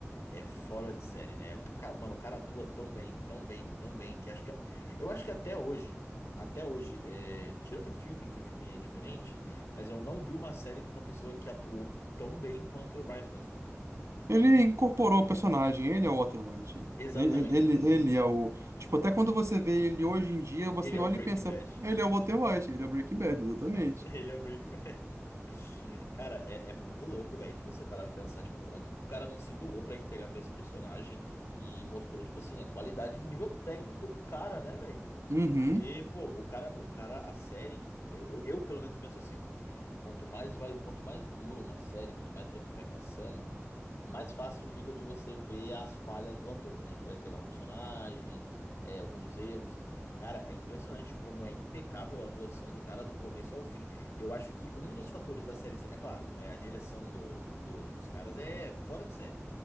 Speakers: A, on the left; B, on the right.
A: é fora de série, né? O ca- mano, o cara atua tão bem, tão bem, tão bem que acho que eu acho que até hoje, até hoje, é, tirando o filme, que o filme é diferente, mas eu não vi uma série com uma pessoa que atuou tão bem quanto o Bryan Cranston, cara.
B: Ele incorporou o personagem, ele é o Walter White. né?
A: Exatamente.
B: Ele, ele, ele é o. Tipo, até quando você vê ele hoje em dia, você
A: Ele é
B: olha
A: o Breaking
B: e pensa,
A: Bad.
B: ele é o Walter White, ele é o Breaking Bad, exatamente.
A: <laughs> Ele é o Breaking Bad. Cara, é, é muito louco, velho, de você parar pra pensar, tipo, o quanto que o cara não se doou pra entregar pra esse personagem e mostrou, tipo assim, a qualidade de nível técnico do cara, né, velho?
B: Uhum.
A: Porque, pô, o cara, o cara, a série, eu, eu, eu pelo menos penso assim, quanto mais vai, quanto mais dura uma série, quanto mais tempo vai passando, mais fácil fica de você ver as falhas do ator, né, Pra entregar o personagem, é, alguns erros. Cara, é impressionante como é impecável a atuação do cara do começo ao fim. E eu acho que um dos fatores da série. É claro, é, a direção do, do- dos caras é fora de série.